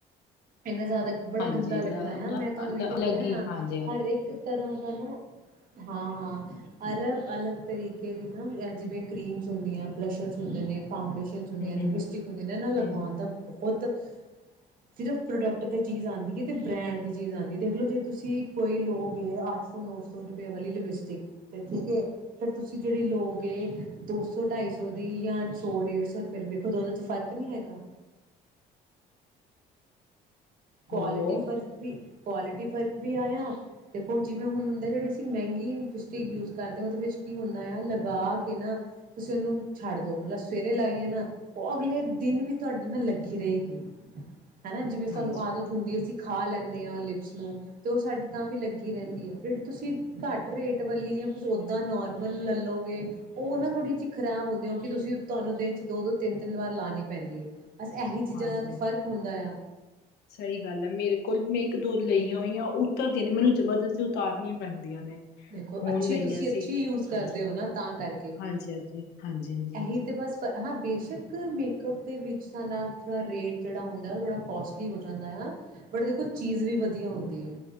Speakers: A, on the right (about 55°); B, on the left (about 80°).
A: ਇੰਨਾ ਜ਼ਿਆਦਾ ਬੜਾ
B: ਹਾਂਜੀ
A: ਗੰਦਾ ਲੱਗਦਾ
B: ਬੜਾ
A: ਆ,
B: ਨਾ
A: ਮੈਂ ਤੁਹਾਨੂੰ ਇੱਥੇ
B: ਅਲੱਗ
A: ਕਿਹਾ
B: ਹੀ
A: ਆ
B: ਹਾਂਜੀ। ਹੂੰ
A: ਹਰ ਇੱਕ ਤਰ੍ਹਾਂ ਦਾ ਨਾ ਹਾਂ ਹਾਂ ਅਲਗ ਅਲੱਗ ਤਰੀਕੇ ਦੀ ਨਾ ਜਿਵੇਂ ਕਰੀਮਸ ਹੁੰਦੀਆਂ ਬਲਸ਼ਰਸ ਹੁੰਦੇ ਨੇ ਫਾਊਂਡੇਸ਼ਨਸ ਹੁੰਦੀਆਂ ਨੇ,
B: ਹੂੰ
A: ਲਪਿਸਟਿਕ ਹੁੰਦੀਆਂ ਨੇ ਇਹਨਾਂ ਲਗਾਵਾਉਣ
B: ਹੂੰ ਹੂੰ।
A: ਦਾ ਬਹੁਤ ਤੇ ਸਿਰਫ਼ ਪ੍ਰੋਡਕਟ ਦੀ ਚੀਜ਼ ਆਉਂਦੀ ਏ ਬ੍ਰੈਂਡ ਦੀ ਚੀਜ਼ ਆਉਂਦੀ ਦੇਖ ਲਓ ਜੇ ਤੁਸੀਂ ਕੋਈ ਲੋਗੇ ਅੱਠ ਸੌ ਨੋ ਸੌ ਰੁਪਏ ਵਾਲੀ ਲਿਪਸਟਿਕ ਤੇ ਠੀਕ ਐ, ਫਿਰ ਤੁਸੀਂ ਜਿਹੜੀ ਲੋਗੇ ਦੋ ਸੌ ਢਾਈ ਸੌ ਦੀ ਯਾਂ ਸੌ ਡੇਢ ਸੌ ਰੁਪਏ ਵੇਖੋ ਦੋਨਾਂ ਚ ਫਰਕ ਨਹੀਂ ਐ। ਕੁਆਲਿਟੀ
B: ਹੈਲੋ
A: ਫਰਕ ਵੀ ਕੁਆਲਿਟੀ ਫਰਕ ਵੀ ਆਇਆ ਦੇਖੋ ਜਿਵੇਂ ਹੁਣ ਹਦੇ ਜਿਹੜੇ ਮਹਿੰਗੀ ਲਿਪਿਸਟਿਕ ਯੂਜ਼ ਕਰਦੇ ਉਹਦੇ ਵਿੱਚ ਕੀ ਹੁੰਦਾ ਆ ਲ ਗਾਹਕ ਏ ਨਾ ਤੁਸੀਂ ਉਹਨੂੰ ਛੱਡ ਦੋ ਮਤਲਬ ਸਵੇਰੇ ਲਾਈਏ ਨਾ ਉਹ ਅਗਲੇ ਦਿਨ ਵੀ ਤੁਹਾਡੇ ਨਾਲ ਲੱਗੀ ਰਹੇਗੀ ਹੇਣਾ ਜਿਥੇ
B: ਹਾਂਜੀ
A: ਸਾਨੂੰ ਆਦਤ ਹੁੰਦੀ ਹੈ ਸੀ ਪ ਖਾ ਲੈਂਦੇ ਹੋ ਲਿਪਸ ਨੂੰ ਤੇ ਉਹ ਸਾਡੀੇ ਤਾਂ ਵੀ ਲੱਗੀ ਰਹਿੰਦੀ ਆ ਜਿਹੜੀ ਤੁਸੀਂ ਘੱਟ ਰੇਟ ਵਾਲੀ ਜਾਂ ਕੁਛ ਓਦਾਂ ਨੋਰਮਲ ਲੈਲੋਗੇ ਉਹ ਨਾ ਥੋੜ੍ਹੀ ਜਿਹੀ ਖਰਾਬ ਹੁੰਦੀ ਹੋ ਕਿ ਤੁਸੀਂ ਤੁਹਾਨੂੰ ਦਿਨ 'ਚ ਦੋ ਦੋ ਤਿੰਨ ਤਿੰਨ ਵਾਰ ਲਾਉਣੀ ਪੈਂਦੀ ਹੈ ਬਸ ਇਹੀ ਚੀਜ਼ਾਂ
B: ਹਾਂਜੀ।
A: ਦਾ ਤੇ ਫ਼ਰਕ ਹੁੰਦਾ ਆ
B: ਸਹੀ ਗੱਲ ਹੈ ਮੇਰੇ ਕੋਲ ਮੈਂ ਇੱਕ ਦੋ ਲਈਆਂ ਹੋਈਆਂ ਉੱਤਰਦੀਆਂ ਨੇ ਮੈਨੂੰ ਜਬਰਦਸਤ ਉਤਾਰਨੀਆਂ ਪੈਂਦੀਆਂ ਨੇ
A: ਦੇਖੋ
B: ਹੋਣ
A: ਅੱਛੇ
B: ਲਈਆਂ
A: ਤੁਸੀਂ ਅੱਛੀ
B: ਸੀ
A: ਯੂਜ ਕਰਦੇ
B: ਹਾਂਜੀ
A: ਹੋ ਨਾ ਤਾਂ ਕਰਕੇ
B: ਹਾਂਜੀ ਹਾਂਜੀ ਹਾਂਜੀ ਹਾਂਜੀ
A: ਇਹੀ ਤੇ ਬਸ ਫ ਹਾਂ ਬੇਸ਼ੱਕ ਮੇਕਅਪ ਦੇ ਵਿੱਚ ਸਾਾਨਾ ਥੋੜ੍ਹਾ ਰੇਟ ਜਿਹੜਾ ਹੁੰਦਾ ਉਹ ਥੋੜ੍ਹਾ ਕੋਸਟਲੀ ਹੋ ਜਾਂਦਾ ਆ ਬਟ ਦੇਖੋ ਚੀਜ਼ ਵੀ ਵਧੀਆ ਹੁੰਦੀ ਹੈ